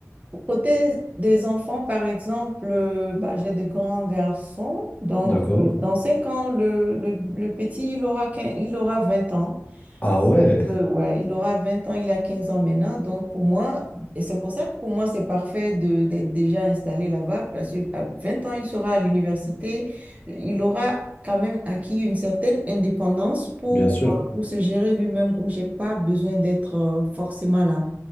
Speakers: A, on the right; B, on the left.
A: Côté des enfants, par exemple, euh, bah, j'ai de grands garçons. Donc,
B: d'accord?
A: euh, dans 5 ans, le, le- le petit, il aura, quin il aura 20 ans.
B: Ah ouais,
A: Euh, ouais, il aura 20 ans, il a 15 ans maintenant. Donc, pour moi, et c'est pour ça que pour moi, c'est parfait de, d'être déjà installé là-bas, parce qu'à 20 ans, il sera à l'université. Il aura quand même acquis une certaine indépendance pour,
B: bien sûr.
A: pour se gérer lui-même, où j'ai pas besoin d'être euh, forcément là.